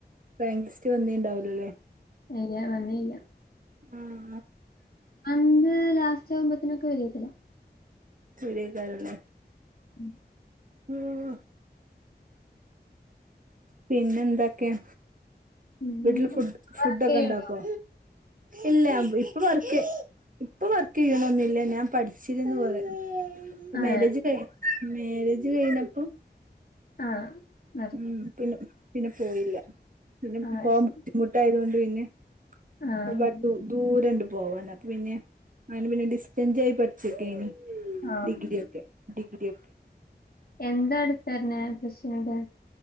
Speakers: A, on the right (about 50°); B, on the left (about 60°).
A: റേങ്ക് ലിസ്റ്റ് വന്നീണ്ടാവുലലേ
B: ഇല്ലാ വന്നീല്ലാ
A: ആഹ്
B: അന്ന് ലാസ്റ്റാവുമ്പോത്ത്നൊക്കെ വരോക്കാരം
A: ചുരേക്കാരെല്ലേ
B: ഉം
A: <inaudible> പിന്നെന്തെക്കെയാ
B: പിന്നെ
A: വീട്ടില് ഫുഡ് ഫുഡൊക്കെ
B: വർക്ക് ചെയ്യണ്ടോ?
A: ണ്ടാക്കോ ഇല്ലാ ഇപ്പൊ വർക്ക് ഇപ്പൊ വർക്ക് ചെയ്യണൊന്നില്ല ഞാൻ പഠിച്ചിര്ന്ന് പറ
B: ആഹ്
A: മാരേജ് ട്ടെ മേരേജ് കഴ്ഞ്ഞപ്പം
B: ആഹ് നിർത്തി
A: ഉം പിന്നെ പിന്നെ പോയില്ല പിന്നെ
B: ആഹ്
A: പോവാൻ
B: ശരി
A: ബുദ്ധിമുട്ടായതോണ്ട് പിന്നെ
B: ആഹ്
A: ഒര്പാട് ദൂ ദൂരണ്ട് പോവാൻ അപ്പ പിന്നെ അയ്ന്പിന്നെ ഡിസ്റ്റൻൻ്റായി പഠിച്ചിട്ടേനി
B: ആഹ്
A: ഡിഗ്രിയൊക്കെ ഡിഗ്രിയൊക്കെ
B: എന്താട്ത്തെര്ണേ വിഷയൊക്കെ